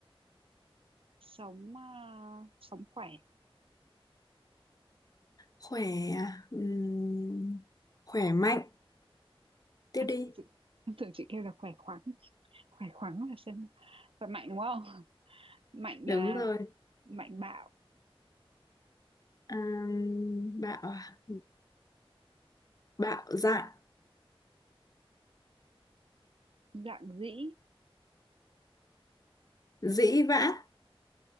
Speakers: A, on the right; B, on the left.
A: sống à, sống khỏe
B: khỏe ừm, khỏe mạnh tiếp
A: em
B: đi
A: tưởng chị em tưởng chị kêu là khỏe khoắn khỏe khoắn là xem khỏe mạnh đúng không mạnh
B: đúng
A: à,
B: rồi
A: mạnh bạo
B: Ừm, bạo à? bạo dạn
A: dạn dĩ
B: dĩ vãng